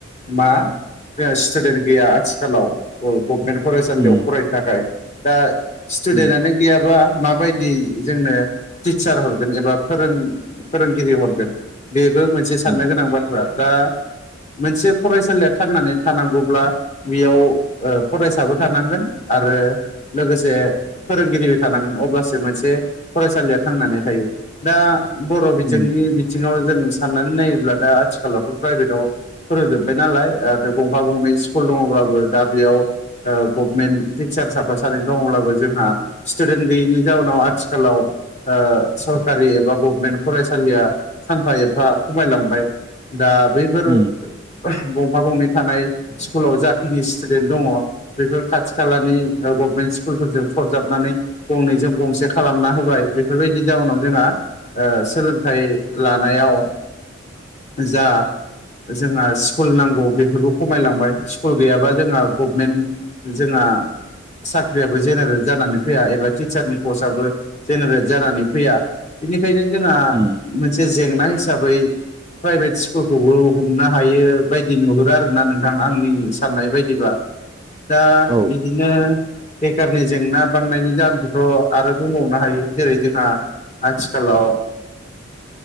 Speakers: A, on the left (about 35°); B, on the right (about 20°).
A: मा स्टुडेन्ट गैया आथिखालाव। गभमेन्ट फरायसालियाव
B: उम
A: फरायनो थाखाय दा स्टुडेन्टनो
B: उम
A: गैयाबा माबायदि जोंनो टिचार हरगोन एबा फोरों फोरोंगिरि हरगोन बेबो मोनसे साननो
B: उम
A: गोनां बाथ्रा दा मोनसे फरायसालिया थांनानै थानांगौब्ला बेयाव फरायसाबो थानांगोन आरो लोगोसे फोरोंगिरिबो थानांगोन अ मोनसे फरायसालियाव थांनानै थायो दा बर' बिजोंनि
B: उम
A: बिथिङाव जों साननानै नायोब्ला दा आथिखालावथ' प्राइभेटाव फोरोंजोब्बाय नालाय आरो गंफा गंनै स्कुल दङब्लाबो दा बेयाव गभमेन्ट टिचार साफा सानै दङब्लाबो जोंहा स्टुडेन्ट गैयिनि जाउनाव आथिखालाव सरकारि एबा गभमेन्ट फरायसालिया सानफा एफा खमायलांबाय। दा बैफोर
B: उम
A: गंफा गंनै थानाय स्कुलाव जाखिनि स्टुडेन्ट दङ। बेफोर खाथि खालानि गभमेन्ट स्कुलफोरजों सरजाबनानै गंनै जों गंसे खालामना होबाय बेफोरबायदि जाउनाव जोंहा सोलोंथाइ लानायाव जा जोंहा स्कुल नांगौ बेफोरखौ खमायलांबाय स्कुल गैयाबा जोंहा गभमेन्ट जोंहा साख्रियाबो जेनेरेट जानानै फैया एबा टिचारनि पस्टआबो जेनेरेट जानानै फैया बेनिखायनो जोंहा
B: उम
A: मोनसे जेंना हिसाबै प्राइभेट स्कुलखौबो हमनो हायो बायदि नुहुरो आर ना नोंथां आंनि साननाय बायदिब्ला। दा
B: औ
A: बिदिनो बेखारनि जेंना बांनायनि द आंखौ थ' आरोबाव मावनो हायो जेरै जोंहा आथिखालाव